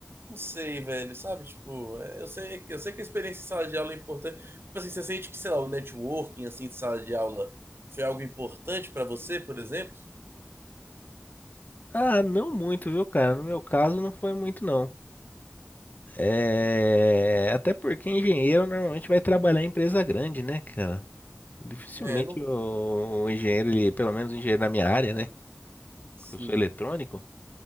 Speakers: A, on the right; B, on the left.
A: não sei, velho, sabe? Tipo, é, eu sei, eu sei que a experiência em sala de aula é importante. Tipo assim, você sente que, sei lá, o networking, assim, de sala de aula foi algo importante pra você, por exemplo?
B: Ah, não muito, viu, cara? No meu caso, não foi muito, não. É... Até porque engenheiro normalmente vai trabalhar em empresa grande, né, cara? Dificilmente
A: É, não.
B: o o engenheiro, ele, pelo menos o engenheiro da minha área, né?
A: Sim.
B: Porque eu sou eletrônico.